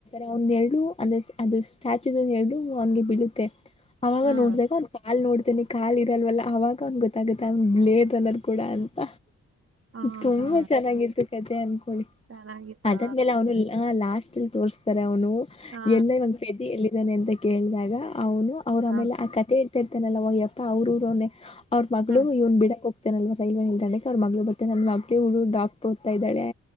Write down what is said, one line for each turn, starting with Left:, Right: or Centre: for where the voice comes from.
Left: ಅವನ ಎರಡು <unintelligible> ಅದು ಸ್ಟ್ಯಾಚು ಎರಡು ಒಂದು ಬೀಳುತ್ತೆ ಅವಾಗ
Right: ಹ್ಮ್
Left: ನೋಡಿದಾಗ <unintelligible> ಅಲ್ಲಿ ನೋಡ್ತಾನೆ ಕಾಲ್ ಇರಲ್ವಲ್ಲ ಅವಾಗ ಅವಂಗ್ ಗೊತ್ತಾಗುತ್ತೆ <unintelligible> ಕೂಡ ಅಂತ
Right: ಹಾ
Left: ತುಂಬಾ
Right: ಹಾ
Left: ಚೆನ್ನಾಗಿತ್ತು ಕಥೆ ಅನ್ಕೋಳ್ಳಿ
Right: ಚೆನ್ನಾಗಿತ್ತಾ
Left: <unintelligible> ಅವನು ಅ ಲಾಸ್ಟ್ ತೋರ್ಸ್ತಾರೆ ಅವನು
Right: ಹಾ
Left: ಎಲ್ಲೇ <unintelligible> ಪೆದ್ದಿ ಎಲ್ಲಿದ್ದಾನೆ ಅಂತ ಕೇಳಿದಾಗ ಅವನು ಅವ್ರ
Right: ಹ
Left: ಆಮೇಲೆ ಆ ಕಥೆ ಹೇಳ್ತಾ ಇರ್ತಾನಲ್ಲ ಒಯ್ಯಪ್ಪ ಅವ್ರ ಊರ್ ಅವನೇ ಅವ್ರ ಮಗಳು
Right: ಹ್ಮ್
Left: ಇವನ್ ಬಿಡಕ್ ಹೋಗ್ <unintelligible> ರೈಲ್ವೆ ನಿಲ್ದಾಣಕ್ ಅವ್ರ ಮಗಳು ಬರ್ತನ <unintelligible> ಮಗಳು ಡಾಕ್ಟರ್ ಓದ್ತಾ ಇದ್ದಾಳೆ